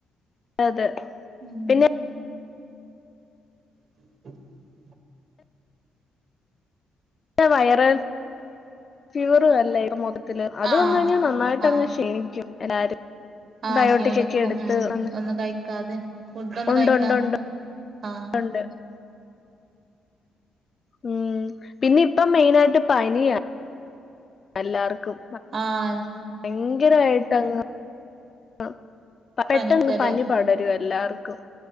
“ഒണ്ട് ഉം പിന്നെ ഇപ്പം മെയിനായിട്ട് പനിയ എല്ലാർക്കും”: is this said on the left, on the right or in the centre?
Left